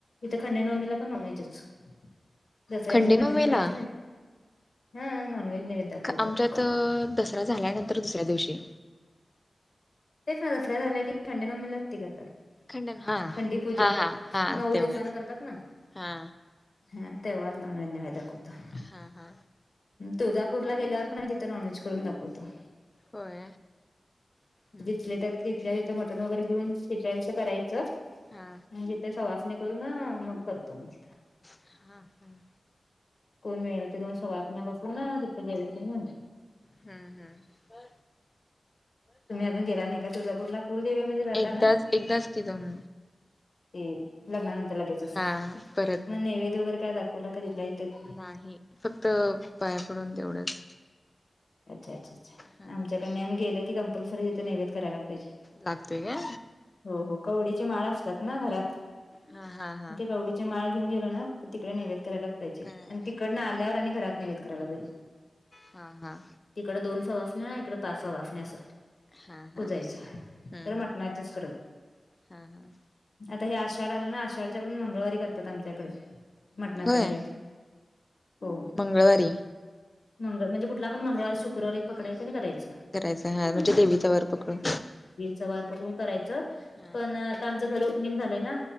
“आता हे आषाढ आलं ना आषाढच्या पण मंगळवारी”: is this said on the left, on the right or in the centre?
Left